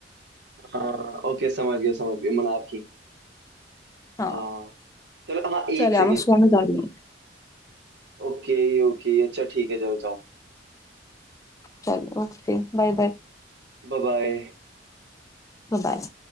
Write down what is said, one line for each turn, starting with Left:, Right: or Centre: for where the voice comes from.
Right: हाँ ओके समझ गया समझ गया मोनार्की
Left: हाँ
Right: हाँ चलो हाँ एक
Left: चल यार
Right: सेकेंड
Left: मैं सोने जा रही हूँ
Right: ओके ओके अच्छा ठीक है चलो जाओ
Left: चल ओके बाय बाय
Right: Bye bye
Left: बाय